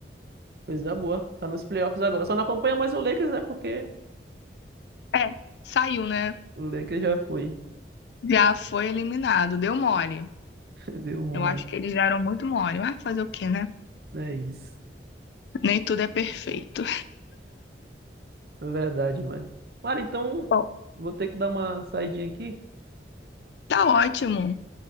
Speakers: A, on the right (about 60°); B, on the left (about 75°).
A: Coisa boa. Tá nos playoffs agora. Só não acompanha mais o Lakers, né? Porque
B: É, saiu, né?
A: o Lakers já foi.
B: Já foi eliminado, deu mole.
A: <laughs> Deu mole.
B: Eu acho que eles deram muito mole. Vai fazer o quê, né?
A: É isso.
B: Nem tudo é perfeito.
A: É verdade, mano. Mano, então
B: Bom,
A: vou ter que dar uma saidinha aqui.
B: tá ótimo.